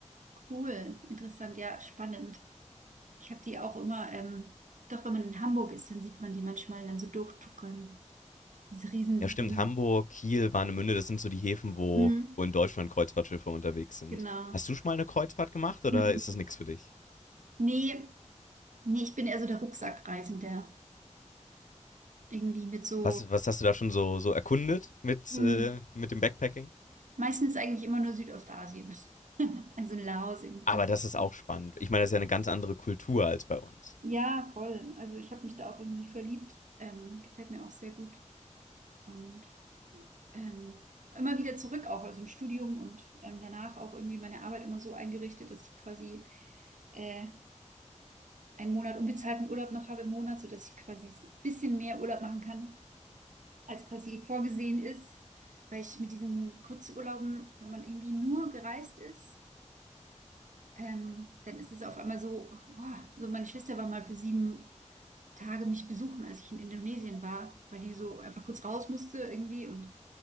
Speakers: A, on the right (about 80°); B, on the left (about 80°).
A: Cool, interessant, ja, spannend. Ich habe die auch immer, ähm, doch wenn man in Hamburg ist, dann sieht man die manchmal dann so durchtuckern. Diese Riesendinger.
B: Ja, stimmt. Hamburg, Kiel, Warnemünde, das sind so die Häfen, wo,
A: Hm,
B: wo in Deutschland Kreuzfahrtschiffe unterwegs sind.
A: genau.
B: Hast du schon mal eine Kreuzfahrt gemacht oder
A: Mhm.
B: ist das nichts für dich?
A: Nee, nee, ich bin eher so der Rucksackreisende. Irgendwie mit so,
B: Was, was hast du da schon so, so erkundet mit,
A: hm,
B: äh, mit dem Backpacking?
A: meistens eigentlich immer nur Südostasien. Also in Laos, irgendwie
B: Aber
A: Kambodscha.
B: das ist auch spannend. Ich meine, das ist ja eine ganz andere Kultur als bei uns.
A: Ja, voll. Also ich habe mich da auch irgendwie verliebt. Ähm, gefällt mir auch sehr gut. Und ähm, immer wieder zurück auch, also im Studium und ähm, danach auch irgendwie meine Arbeit immer so eingerichtet, dass ich quasi äh, einen Monat unbezahlten Urlaub noch habe im Monat, sodass ich quasi ein bisschen mehr Urlaub machen kann, als quasi vorgesehen ist. Weil ich mit diesen Kurzurlauben, wenn man irgendwie nur gereist ist, ähm, dann ist es auf einmal so, boah, so meine Schwester war mal für sieben Tage mich besuchen, als ich in Indonesien war, weil die so einfach kurz raus musste irgendwie und